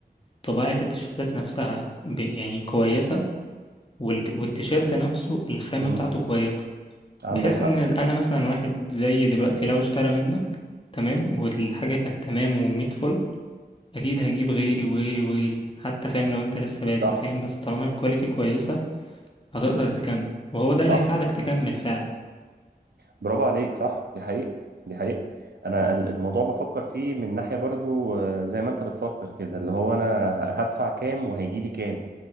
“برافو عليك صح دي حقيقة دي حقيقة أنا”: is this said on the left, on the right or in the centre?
Right